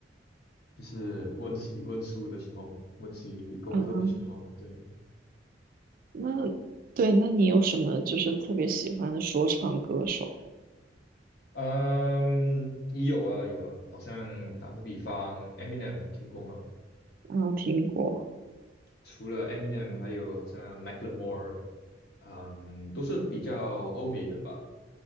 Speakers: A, on the left; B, on the right.
A: 就是温习温书的时候，温习功课的时候，
B: 嗯嗯，
A: 对，
B: 那对，那你有什么就是特别喜欢的说唱歌手
A: 嗯，也有啊有啊，好像打个比方，Eminem 听过吗？
B: 啊？听过，
A: 除了 Eminem，还有好像 Macklemore，嗯，都是比较欧美的吧，